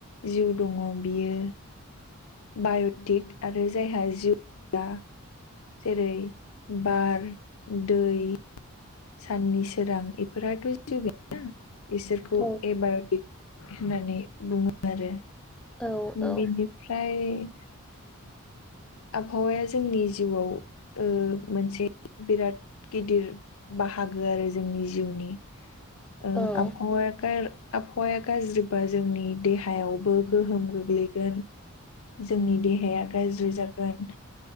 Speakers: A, on the left (about 70°); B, in the centre.
A: जिउ दङ बियो बाय'टिक आरो जायहा जिउआ जेरै बार दै साननि सोरां बेफोरथ' जिउ इसोरखौ
B: औ
A: एबायटिक होननानै बुङो आरो
B: औ
A: बिनिफ्राय आबहावाया जोंनि जिउआव मोनसे बिराद गिदिर बाहागो आरो जोंनि जिउनि आबहावाखाय
B: औ
A: आबहावाया गाज्रिब्ला जोंनि देहायावबो गोहोम गोग्लैगोन जोंनि देहाया गाज्रि जागोन